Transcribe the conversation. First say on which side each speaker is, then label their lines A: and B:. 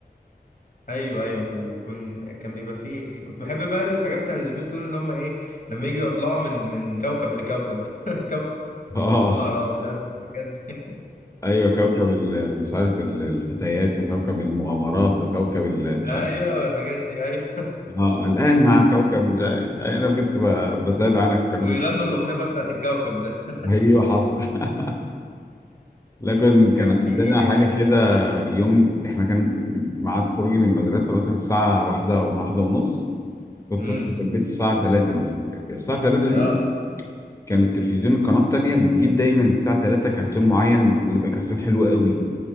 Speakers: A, on the left (about 55°); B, on the left (about 20°).
A: ايوه ايوه وكن كان بيبقى فيه كنت بحب بقى الحاجات بتاعت سبيس تون اللي هم ايه لما يجوا يطلعوا من من كوكب لكوكب <laughs> كوكب
B: <laughs> اه
A: زهرة ومش عارف إيه الحاجات دي <laughs>
B: ايوه كوكب ال- مش عارف ال- الفتيات وكوكب المغامرات وكوكب ال- مش
A: ايوه
B: عارف
A: الحاجات دي ايوه
B: اه الان مع كوكب مش عارف. يعني انا كنت ب- بتابع انا الكلام
A: ويغنوا
B: ده
A: الاغنيه بقى بتاعت الكوكب ده <laughs>
B: ايوه حصل <laughs> لكن كان
A: كان
B: عندنا
A: في
B: حاجه كده يوم احنا كان ميعاد خروجي من المدرسه مثلا الساعه واحدة وواحدة ونص كنت
A: امم
B: في البيت الساعه 3 مثلا الساعه 3 دي
A: اه
B: كان التلفزيون القناة التانية بتجيب دايما الساعة 3 كرتون معين ويبقى كرتون حلو قوي